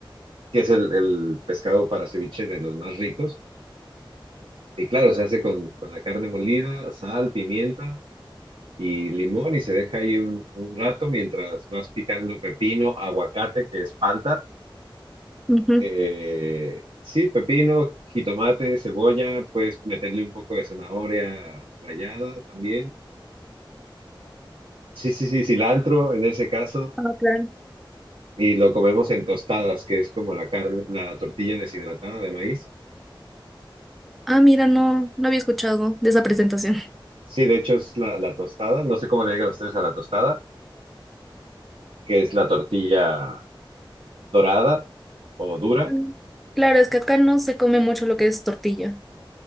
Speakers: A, on the right (about 85°); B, in the centre.
A: que es el, el pescado para ceviche de los más ricos Y claro, se hace con, con la carne molida, sal, pimienta y limón y se deja ahí un, un rato mientras vas picando pepino, aguacate, que es palta.
B: Ujú.
A: eh, sí, pepino, jitomate, cebolla, puedes meterle un poco de zanahoria rallada también. Sí, sí, sí, cilantro en ese caso.
B: Ah, claro.
A: Y lo comemos en tostadas, que es como la carne, la tortilla deshidratada de maíz.
B: Ah, mira, no, no había escuchado de esa presentación.
A: Sí, de hecho es la, la tostada. No sé cómo le digan ustedes a la tostada, que es la tortilla dorada o dura.
B: Mm. Claro, es que acá no se come mucho lo que es tortilla.